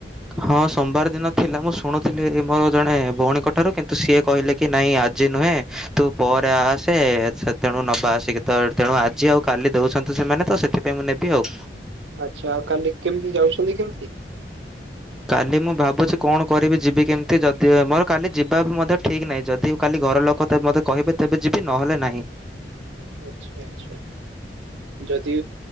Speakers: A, in the centre; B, on the right.
A: ହଁ ସୋମବାର ଦିନ ଥିଲା ମୁଁ ଶୁଣୁଥିଲି ମୋର ଜଣେ ଭଉଣୀଙ୍କ ଠାରୁ କିନ୍ତୁ ସିଏ କହିଲେ କି। କି ନାଇଁ ଆଜି ନୁହେଁ ତୁ ପରେ ଆସେ ସେ ତେଣୁ ନବା ଆସିକି ତ। ତେଣୁ ଆଜି ଆଉ କାଲି ଦଉଛନ୍ତି ସେମାନେ ତ ସେଥିପାଇଁ ମୁଁ ନେବି ଆଉ।
B: ଆଚ୍ଛା ଆଉ କାଲି କେମିତି ଯାଉଛନ୍ତି କେମିତି?
A: କାଲି ମୁଁ ଭାବୁଛି କଣ କରିବି ଯିବି କେମିତି ଯଦି ମୋର କାଲି ଯିବା ବି ମଧ୍ୟ ଠିକ୍ ନାହିଁ ଯଦି। କାଲି ଘର ଲୋକ ମୋତେ କହିବେ ତେବେ ଯିବି ନହେଲେ ନାହିଁ।
B: ଆଚ୍ଛା ଆଛା ଯଦି